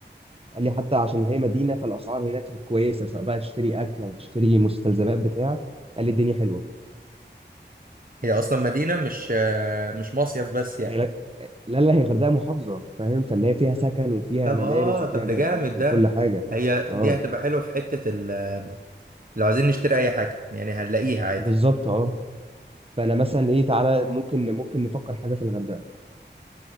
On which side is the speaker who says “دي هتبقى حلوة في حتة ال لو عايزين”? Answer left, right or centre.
Right